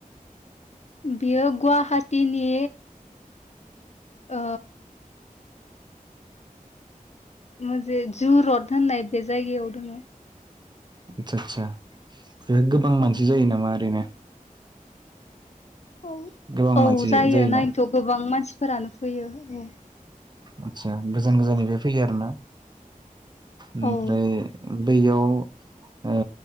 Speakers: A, on the left; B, on the right.
A: बियो गुवाहाटीनि। ओ मोनसे जु रड होननाय बे जायगायाव दोङो।
B: आतसा आतसा। बे गोबां मानसि
A: औ
B: जायो नामा ओरैनो?
A: औ
B: गोबां
A: औ
B: मानसि
A: जायो
B: जायोना
A: नायनोथ' गोबां मानसिफोरानो फैयो। उम।
B: आतसा गोजान गोजाननिफ्राय फैयो आरोना? ओमफ्राय
A: औ
B: बैयाव ओ